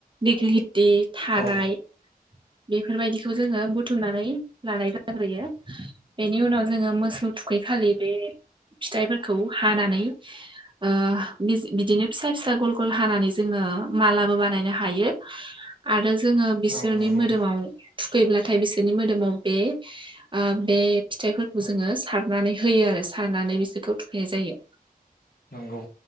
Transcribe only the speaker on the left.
औ
औ नंगौ
नंगौ।